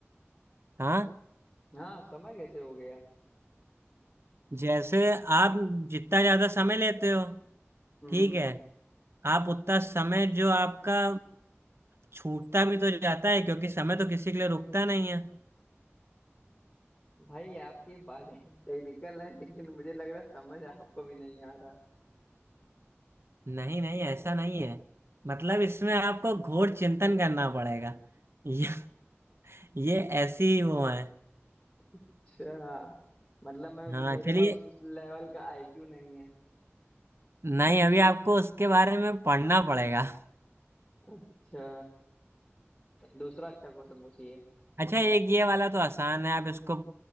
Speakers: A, on the right; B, on the left.
A: हाँ
B: हाँ समय कैसे हो गया
A: जैसे आप जितना ज्यादा समय लेते हो
B: हम्म
A: ठीक है आप उतना समय जो आपका छूटता भी तो जाता है क्योंकि समय तो किसी के लिए रुकता नहीं है
B: भाई आपकी बातें <laughs> टेक्निकल है लेकिन मुझे लग रहा है समझ आपको भी नहीं आ रहा
A: नहीं नहीं ऐसा नहीं है मतलब इसमें आपको घोर चिंतन करना पड़ेगा ये ये ऐसी वो है
B: अच्छा मतलब मैं मेरे
A: हाँ चलिए
B: पास उस लेवल का आईक्यू नहीं है
A: नहीं अभी आपको उसके बारे में पढ़ना पड़ेगा
B: अच्छा दूसरा अच्छा क्वेश्चन पूछिए
A: अच्छा एक ये वाला तो आसान है आप इसको